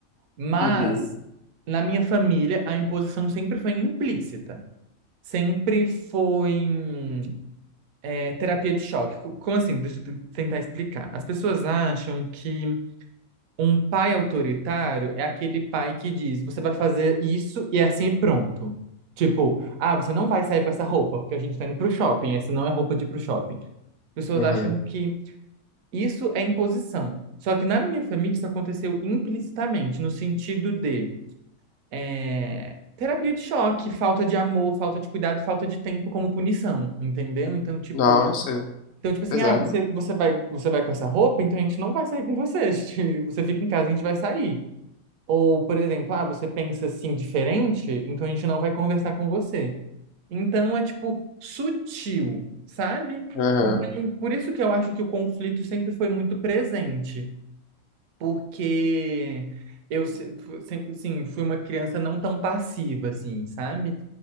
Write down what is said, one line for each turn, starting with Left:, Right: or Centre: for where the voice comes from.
Right: Mas
Left: Uhum,
Right: na minha família, a imposição sempre foi implícita. Sempre foi hum, é, terapia de choque. Co- Como assim? Deixa eu te- tentar explicar. As pessoas acham que um pai autoritário é aquele pai que diz: você vai fazer isso e é assim e pronto. Tipo, ah, você não vai sair com essa roupa, porque a gente tá indo pro shopping, essa não é roupa de ir pro shopping. Pessoas
Left: aham.
Right: acham que isso é imposição. Só que na minha família isso aconteceu implicitamente, no sentido de é, terapia de choque, falta de amor, falta de cuidado, falta de tempo como punição, entendeu? Então, tipo,
Left: Nossa,
Right: então, tipo assim,
Left: pesado.
Right: ah, você, você vai, você vai com essa roupa, então a gente não vai sair com você. <laughs> Você fica em casa, a gente vai sair. Ou, por exemplo, ah, você pensa assim diferente, então a gente não vai conversar com você. Então é tipo sutil, sabe?
Left: Aham,
Right: Então, por isso que eu acho que o conflito sempre foi muito presente, porque eu se- fu- sempre, assim, fui uma criança não tão passiva, assim, sabe?